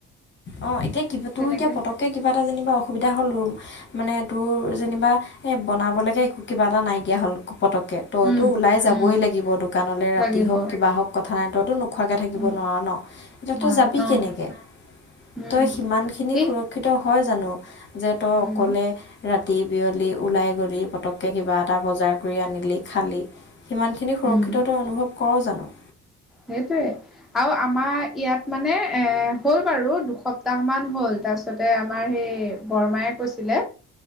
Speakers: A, on the left; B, in the centre.
A: অ', এতিয়া কিবা
B: তেনেকে
A: তোৰ এতিয়া পতককে কিবা এটা যেনিবা অসুবিধা হ'ল ৰ মানে তোৰ যেনিবা এই বনাবলৈকে একো কিবা এটা নাইকিয়া হ'ল পতককে তইতো
B: উম,
A: ওলাই যাবই
B: উম,
A: লাগিব দোকানলৈ ৰাতি
B: লাগিব।
A: হওক কিবা হওক কথা নাই তইতো নোখোৱাকে থাকিব
B: উম,
A: নোৱাৰ ন এতিয়া
B: নোৱাৰে
A: তই যাবি
B: অ',
A: কেনেকে
B: উম,
A: তই সিমানখিনি
B: এই
A: সুৰক্ষিত হয় জানো যে তই, অকলে
B: উম,
A: ৰাতি বিয়লি ওলাই গলি পটককৈ কিবা এটা বজাৰ কৰি আনিলি খালি। সিমানখিনি সুৰক্ষিতত
B: উম,
A: অনুভৱ কৰ জানোঁ।
B: সেইটোৱে। আৰু আমাৰ ইয়াত মানে এ হ'ল বাৰু দুসপ্তাহ মান হ'ল তাৰছত তাৰিছতে আমাৰ সেই বৰমায়ে কৈছিলে,